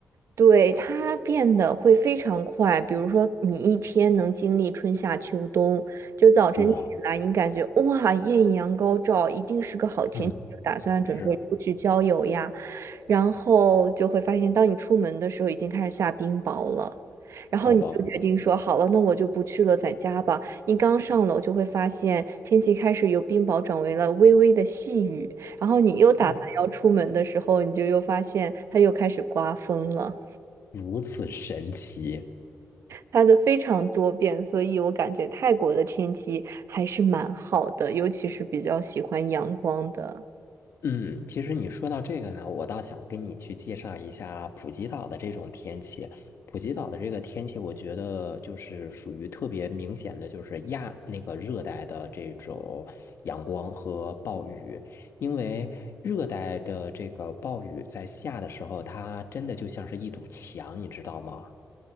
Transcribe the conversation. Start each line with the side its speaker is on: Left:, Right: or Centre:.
Right: 对，它变得会非常快，比如说你一天能经历春夏秋冬，就早晨起来你感觉哇，
Left: 哇，
Right: 艳阳高照，一定是个好天气，
Left: 嗯，
Right: 就打算准备出去郊游呀，
Left: 是啊，
Right: 然后就会发现，当你出门的时候已经开始下冰雹了，然后你就决定说好了，
Left: 好吧。
Right: 那我就不去了，在家吧。你刚上楼就会发现天气开始由冰雹转为了微微的细雨，然后你又打算要出门的时候，
Left: <laughs> 啊，
Right: 你就又发现它又开始刮风了。
Left: 如此神奇。
Right: 它的非常多变，所以我感觉泰国的天气还是蛮好的，尤其是比较喜欢阳光的。
Left: 嗯，其实你说到这个呢，我倒想跟你去介绍一下普吉岛的这种天气。普吉岛的这个天气，我觉得就是属于特别明显的，就是亚那个热带的这种阳光和暴雨。因为热带的这个暴雨在下的时候，它真的就像是一堵墙，你知道吗？